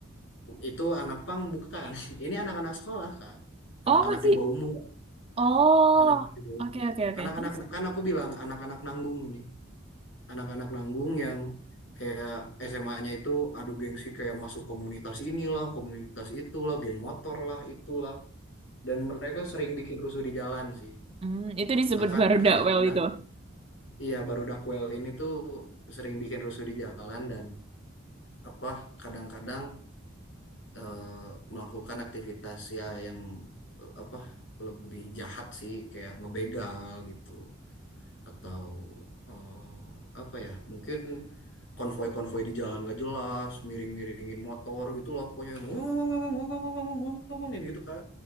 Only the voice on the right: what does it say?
Oh
masih.
Oh
oke
oke oke.
Terus,
hmm, itu disebut
Barudawel
itu.